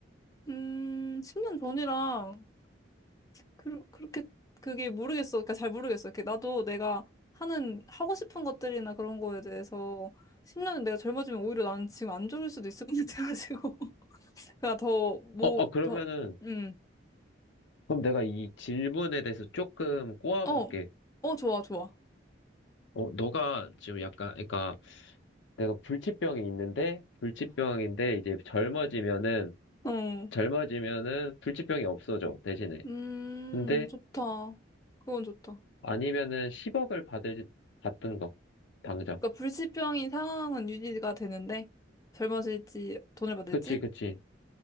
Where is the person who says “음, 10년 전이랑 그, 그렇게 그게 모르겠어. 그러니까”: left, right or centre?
Left